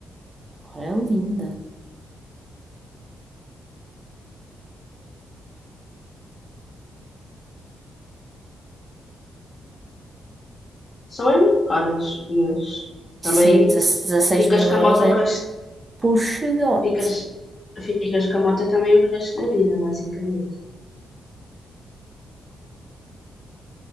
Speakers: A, on the right; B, on the left.
A: Ora, é linda.
B: São é muito caras, mas também
A: Sim, 16
B: ficas
A: mil
B: com
A: euros
B: a moto
A: é
B: o resto,
A: puxadote.
B: ficas, ficas com a moto também o resto da vida, basicamente.